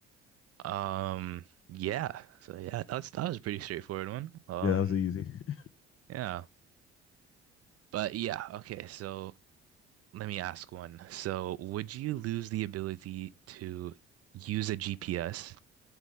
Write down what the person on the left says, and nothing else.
Yeah, that was easy. <laughs>